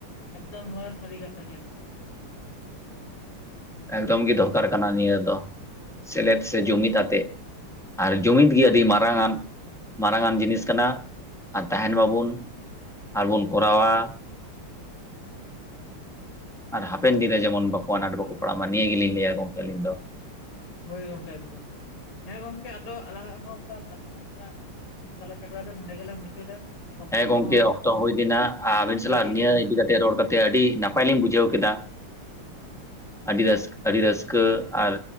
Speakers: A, on the left; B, in the centre.
A: ᱮᱠᱫᱚᱢ ᱱᱚᱣᱟ ᱥᱟᱨᱤ ᱠᱟᱛᱷᱟ ᱜᱮ᱾
B: ᱮᱠᱫᱚᱢ ᱜᱮ ᱫᱚᱨᱠᱟᱨ ᱠᱟᱱᱟ ᱱᱤᱭᱟᱹ ᱫᱚ ᱥᱮᱞᱮᱫ ᱥᱮ ᱡᱩᱢᱤᱫ ᱟᱛᱮᱫ ᱟᱨ ᱡᱩᱢᱤᱫ ᱜᱮ ᱟᱹᱰᱤ ᱢᱟᱨᱟᱝ ᱟᱱ ᱢᱟᱨᱟᱝ ᱟᱱ ᱡᱤᱱᱤᱥ ᱠᱟᱱᱟ ᱟᱨ ᱛᱟᱦᱮᱱ ᱢᱟᱵᱚᱱ ᱟᱨᱵᱚᱱ ᱠᱚᱨᱟᱣᱟ᱾ ᱟᱨ ᱦᱟᱯᱮᱱ ᱫᱤᱱ ᱨᱮ ᱡᱮᱢᱚᱱ ᱵᱟᱠᱚ ᱟᱱᱟᱴ ᱵᱟᱠᱚ ᱯᱟᱲᱟᱜ ᱢᱟ ᱱᱤᱭᱟᱹ ᱜᱮᱞᱤᱧᱟᱹᱭᱟ ᱜᱚᱢᱠᱮ ᱟᱹᱞᱤᱧ ᱫᱚ᱾
A: ᱦᱳᱭ ᱜᱚᱝᱠᱮ ᱮᱠᱫᱚᱢ ᱦᱮᱸ ᱜᱚᱝᱠᱮ ᱟᱫᱚ ᱟᱞᱟᱜᱟᱜ ᱦᱚᱸ ᱚᱱ ᱢᱟᱪᱟᱜ ᱜᱟᱞᱚᱪ ᱟᱠᱷᱚᱲᱟ ᱫᱚ ᱱᱚᱰᱮ ᱜᱮᱞᱟᱝ ᱢᱩᱪᱟᱹᱫᱟ᱾ ᱚᱠᱛᱚ
B: ᱦᱮᱸ ᱜᱚᱢᱠᱮ
A: ᱠᱚᱦᱚᱸ
B: ᱚᱠᱛᱚ ᱦᱩᱭ ᱞᱮᱱᱟ, ᱟᱹᱵᱤᱱ
A: ᱦᱩᱭ
B: ᱥᱟᱞᱟᱜ
A: ᱤᱫᱤᱭᱮᱱ
B: ᱱᱤᱭᱟᱹ
A: ᱛᱟᱞᱟᱝᱟ
B: ᱤᱫᱤ ᱠᱟᱛᱮ ᱨᱚᱲ ᱠᱟᱛᱮ ᱟᱹᱰᱤ ᱱᱟᱯᱟᱭ ᱞᱤᱧ ᱵᱩᱡᱷᱟᱹᱣ ᱠᱮᱫᱟ᱾ ᱟᱹᱰᱤ ᱨᱟᱹᱥ ᱟᱹᱰᱤ ᱨᱟᱹᱥᱠᱟᱹ ᱟᱨ